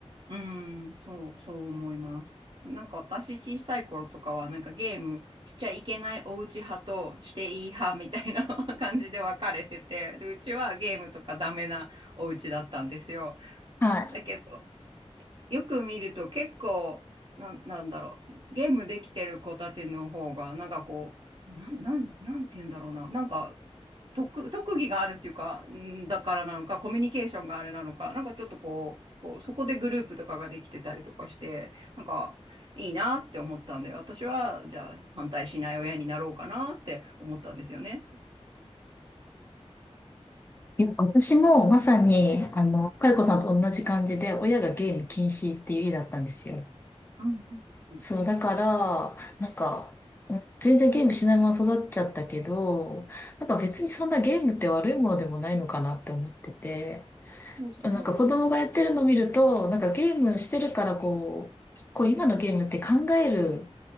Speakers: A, on the right (about 50°); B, on the left (about 20°).
A: うん、そう、そう思います。なんか私小さい頃とかはなんかゲームしちゃいけないお家派としていい派みたいな <laughs> 感じで分かれてて、で、うちはゲームとかダメなお家だったんですよ。
B: は
A: だけど、よく見ると結構、なん、なんだろう、ゲームできてる子たちの方が、なんかこう、なん、なん、なんて言うんだろうな、なんか特、特技があるっていうか、んだからなのか、コミュニケーションがあれなのか、なんかちょっとこう、こうそこでグループとかができてたりとかして、なんかいいなって思ったんで、私はじゃあ反対しない親になろうかなって思ったんですよね。
B: い。いや、私もまさに、あの、かよこさんと同じ感じで、親がゲーム禁止っていう家だったんですよ。
A: うんうんうん。
B: そう、だから、なんか、うん全然ゲームしないまま育っちゃったけど、なんか別にそんなゲームって悪いものでもないのかなって思ってて、
A: そうそう。
B: なんか子供がやってるの見ると、なんかゲームしてるからこう、結構今のゲームって考える、